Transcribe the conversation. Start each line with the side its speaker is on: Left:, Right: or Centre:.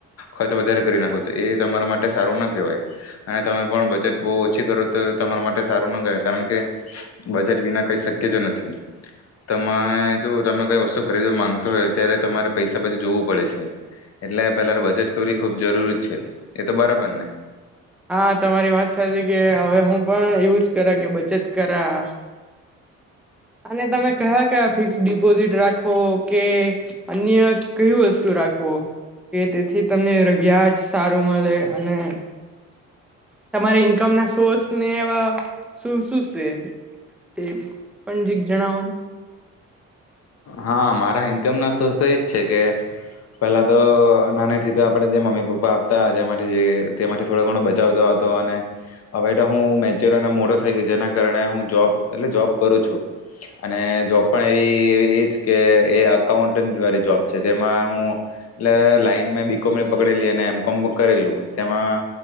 Left: ખર્ચ વધારે કરી નાખો છો એ તમારા માટે સારું ના કહેવાય અને તમે પણ બજેટ બહુ ઓછી કરો તો એ તમારા માટે સારું ના કહેવાય કારણ કે બજેટ વિના કઈ શક્ય જ નથી તમારે જો તમે કઈ વસ્તુ ખરીદવા માંગતો હોય ત્યારે તમારે પૈસા બધુ જોવું પડે છે એટલે પેલા બજેટ કરરી ખૂબ જરૂરી છે એ તો બરાબર ને
Centre: હા તમારી વાત સચી કે હવે હું પણ એવું જ કરા કે બચત કરા અને તમે કયા કયા ફિક્સ ડિપોઝિટ રાખો કે અન્ય કયુ વસ્તુ રાખો કે તેથી તમને વ્યાજ સારો મળે અને તમારી ઈન્કમ ના સોર્સ ને એવા શું શું છે તે પણજીક જણાવોનું
Left: હા મારા ઈન્કમ ના સોર્સ તો એજ છે કે પહેલા તો નાનીથી તો આપડે જે મમ્મી પપ્પા આપતા જે જે તે માટે થોડો ઘણો બચાવતો આવતો અને હવે તો હું મેચ્યોર અને મોડો થઈ ગયો જેના કારણે હું જોબ એટલે જોબ કરું છું અને જોબ પણ એવી એજ કે અકાઉન્ટ વાળી જોબ છે તેમાં હું એટલે લાઈન બીકોમ પકડેલી અને એમ કોમ કરેલું તેમાં